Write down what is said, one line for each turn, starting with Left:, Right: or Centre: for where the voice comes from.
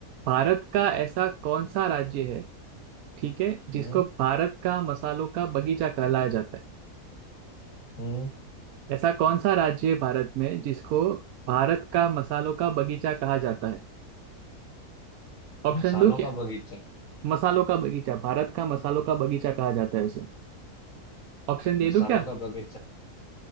Right: भारत का ऐसा कौन सा राज्य है ठीक है जिसको
Left: हम्म
Right: भारत का मसालों का बगीचा कहलाया जाता है
Left: हम्म
Right: ऐसा कौन सा राज्य है भारत में जिसको भारत का मसालों का बगीचा कहा जाता है ऑप्शन
Left: मसालों
Right: दो क्या
Left: का बगीचा
Right: मसालों का बगीचा भारत का मसालों का बगीचा कहा जाता है उसे ऑप्शन दे
Left: मसालों
Right: दूं क्या
Left: का बगीचा